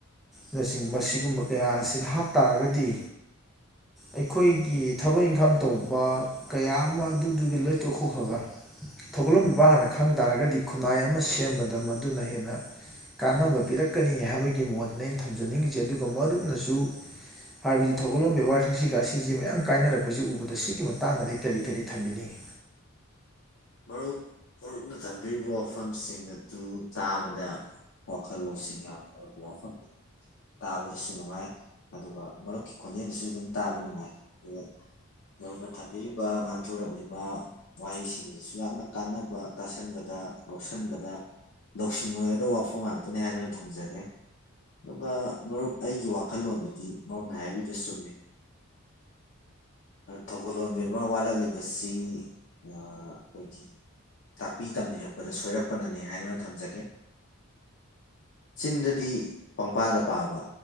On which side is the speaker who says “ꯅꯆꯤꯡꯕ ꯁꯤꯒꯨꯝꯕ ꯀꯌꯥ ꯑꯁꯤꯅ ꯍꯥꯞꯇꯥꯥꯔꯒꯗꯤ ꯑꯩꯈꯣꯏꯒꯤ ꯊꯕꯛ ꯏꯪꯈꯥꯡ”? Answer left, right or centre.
Centre